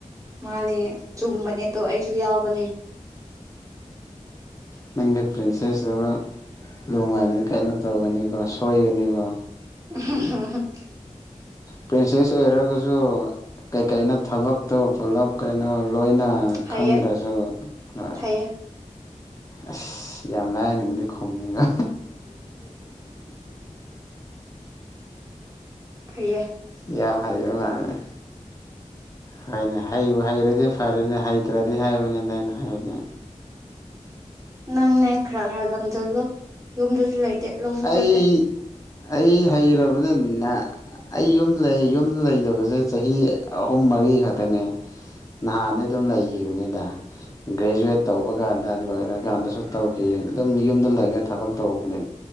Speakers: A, on the right; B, on the left.
A: ꯃꯥꯅꯦ ꯆꯨꯝꯕꯅꯦ ꯑꯗꯣ ꯑꯩꯁꯨ ꯌꯥꯎꯕꯅꯦ
B: ꯅꯪꯒꯤ ꯄ꯭ꯔꯤꯟꯁꯦꯁꯇꯨ ꯂꯨꯃꯥꯏꯅꯤ ꯀꯩꯅꯣ ꯇꯧꯕꯅꯤ ꯁꯣꯣꯏ ꯑꯃꯅꯤꯅꯤꯀꯣ
A: <unintelligible>
B: ꯄ꯭ꯔꯤꯟꯁꯦꯁ ꯑꯣꯏꯔꯒꯁꯨ ꯀꯩꯀꯩꯅ ꯊꯕꯛꯇꯨ ꯄꯨꯂꯞ ꯀꯩꯅꯣ ꯂꯣꯏꯅ
A: ꯐꯩꯌꯦ
B: ꯈꯪꯗ꯭ꯔꯁꯨ ꯍ
A: ꯐꯩꯌꯦ
B: ꯑꯁ ꯌꯥꯝ ꯂꯥꯛꯑꯦ ꯅꯪꯗꯤ ꯈꯨꯝꯃꯦꯉ
A: ꯐꯩꯌꯦ
B: ꯏꯌꯥ ꯐꯥꯏꯌ ꯃꯥꯅꯦꯅꯦ ꯍꯣꯏꯅꯦ ꯍꯩ ꯍꯩꯔꯗꯤ ꯐꯔꯦꯅꯦ ꯍꯩꯇ꯭ꯔꯗꯤ ꯍꯥꯏꯕꯅꯤꯅ ꯑꯩꯅ ꯍꯥꯏꯕꯅꯦ
A: ꯅꯪꯅꯦ ꯈꯔ ꯈꯔ ꯂꯝꯁꯤꯜꯂꯣ ꯌꯨꯝꯗꯁꯨ ꯂꯩꯇꯦ ꯂꯧꯁꯨ
B: ꯑꯩ
A: ꯆꯠꯇꯦ
B: ꯑꯩ ꯍꯩꯔꯕꯅꯤꯅ ꯑꯩ ꯌꯨꯝ ꯂꯩ ꯌꯨꯝ ꯂꯩꯇꯕꯁꯦ ꯆꯍꯤ ꯑꯍꯨꯝ ꯃꯔꯤ ꯈꯛꯇꯅꯦ ꯅꯍꯥꯟꯗꯤ ꯑꯗꯨꯝ ꯂꯩꯈꯤꯕꯅꯤꯗ ꯒ꯭ꯔꯦꯖꯨꯋꯦꯠ ꯇꯧꯕ ꯀꯥꯟꯗ ꯂꯣꯏꯔꯀꯥꯟꯗꯁꯨ ꯇꯧꯈꯤ ꯑꯗꯨꯝ ꯌꯨꯝꯗ ꯂꯩꯔꯒ ꯊꯕꯛ ꯇꯧꯕꯅꯦ